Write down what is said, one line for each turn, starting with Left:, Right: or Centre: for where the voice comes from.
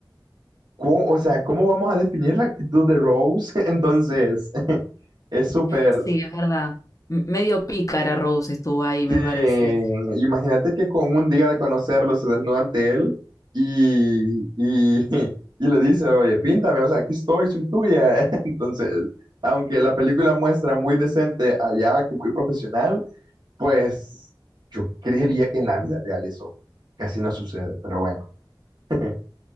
Right: cu- o sea, ¿cómo vamos a definir la actitud de Rose? <laughs> Entonces, <laughs> es súper...
Left: Sí, es verdad. M- Medio pícara Rose estuvo ahí,
Right: sí,
Left: me parece.
Right: Imagínate que con un día de conocerlo se desnuda ante él y, y, <laughs> y le dice, oye, píntame, o sea, aquí estoy, soy tuya. <laughs> Entonces, aunque la película muestra muy decente allá, que muy profesional, pues yo creería que en la vida real eso casi no sucede, pero bueno. <laughs>